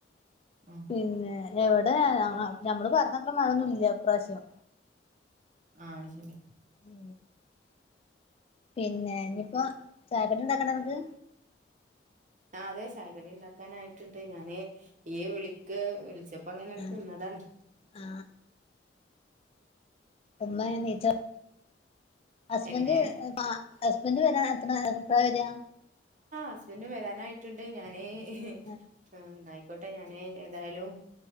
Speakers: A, on the right; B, on the left.
A: ആഹ്
B: പിന്നെ എവിടെ നഞമ്മള് പറഞ്ഞത്ര മഴൊന്നും ഇല്ല ഇപ്രാവ്ശ്യം
A: ആഹ ശരി
B: ഉ പിന്നെ ഇനിയിപ്പോ ഇണ്ടാകണ്ടെ ഇങ്ങക്ക്
A: ആ അതെ ചായകടി ഇണ്ടാക്കാനയിട്ണ്ട് ഞാനേ ഈ വിളിക്ക്. വിളിച്ച- അപ്പ അങ്ങനെയാണ്
B: ആ
A: നിന്നതാണ്
B: ആ ഉമ്മ എണീറ്റോ ഹസ്ബൻഡ്
A: എങ്ങനെ
B: ഹസ്ബന്ഡ് വരാൻ അപ്പ വരാ
A: ഹസ്ബൻഡും വരാനായിട്ടുണ്ട് ഞാനേന്നായിക്കോട്ടെ
B: ആ
A: ഞാനേ ഏതായാലും